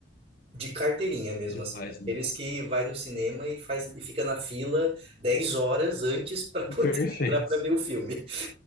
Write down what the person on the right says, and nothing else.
de carteirinha mesmo,
assim, daqueles
que vai no cinema e faz e fica na fila 10 horas antes para poder
<laughs> entrar para ver o filme.